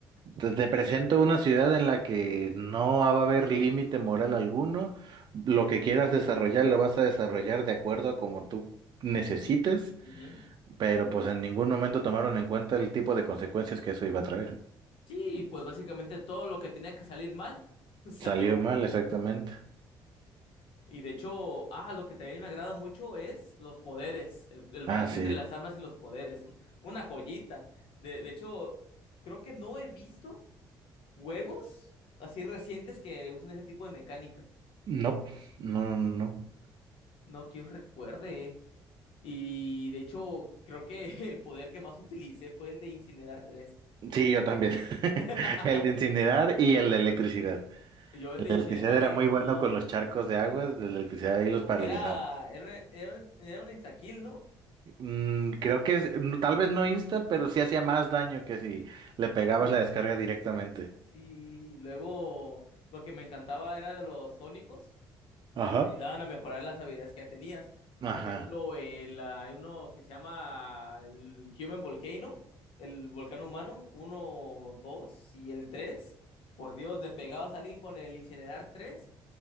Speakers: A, on the right; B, on the left.
A: te, te presento una ciudad en la que no va a haber límite moral alguno, lo que quieras desarrollar lo vas a desarrollar de acuerdo a como tú necesites,
B: Ujú.
A: pero pues en ningún momento tomaron en cuenta el tipo de consecuencias que eso iba a traer.
B: Sí, pues básicamente todo lo que tenía que salir mal, <laughs> salió
A: Salió
B: mal.
A: mal, exactamente.
B: Y de hecho, ah, lo que también me agrada mucho es los poderes, el, el balance
A: Ah, sí.
B: entre las armas y los poderes. Una joyita. De, de hecho, creo que no he visto. juegos así recientes que usan ese tipo de mecánica.
A: No, no, no. no.
B: No que yo recuerde. Y de hecho, creo que <laughs> el poder que más utilicé fue el de incinerar tres.
A: Sí, yo también. <laughs>
B: <laughs>
A: El de incinerar y el de electricidad.
B: Yo el
A: El
B: de
A: de
B: incinerar
A: electricidad era
B: y,
A: muy bueno
B: y-
A: con los charcos de aguas, de electricidad
B: uh,
A: y los paralizados.
B: era, era, era, un- era un instakill, ¿no?
A: Mm, creo que es- mm, tal vez no insta, pero sí hacía más daño que si le pegabas la descarga directamente.
B: Sí, luego lo que me encantaba era de los tónicos.
A: Ajá.
B: te ayudaban a mejorar las habilidades que ya tenías. Por
A: Ajá.
B: ejemplo, el, ah, hay uno que se llama el Human Volcano, el volcán humano, uno, dos y el tres. Por Dios, le pegabas a alguien con el incinerar tres,